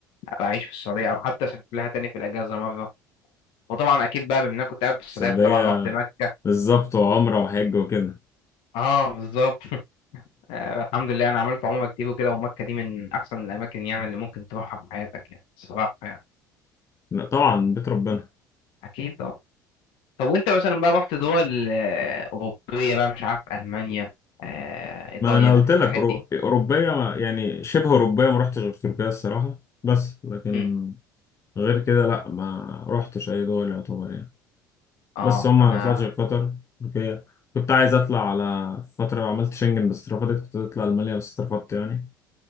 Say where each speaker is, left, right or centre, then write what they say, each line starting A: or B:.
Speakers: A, on the left (about 55°); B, on the left (about 25°).
A: ابقى اعيش في السعوديه او حتى اسافر لها تاني في الاجازه مره وطبعا اكيد بقى بما إن انا كنت قاعد في
B: السعوديه
A: السعوديه فطبعا رحت مكه
B: بالظبط وعمره وحج وكده
A: اه بالظبط <laughs> آه، الحمد لله انا عملت عمره كتير وكده ومكه دي من احسن الاماكن يعني اللي ممكن تروحها في حياتك يعني الصراحه يعني
B: لا طبعا بيت ربنا
A: اكيد اه طب وانت مثلا بقى رحت دول آه، اوروبيه بقى مش عارف المانيا آه، ايطاليا
B: ما انا قلت لك
A: الحاجات
B: أورو-
A: دي
B: اوروبيه ما- يعني شبه اوروبيه ما رحتش غير تركيا الصراحه بس لكن
A: امم
B: غير كده لا ما رحتش اي دول يعتبر يعني
A: اه
B: بس هم ما
A: انا
B: طلعتش غير قطر تركيا كنت عايز اطلع على فتره عملت شنجن بس اترفضت كنت اطلع المانيا بس اترفضت يعني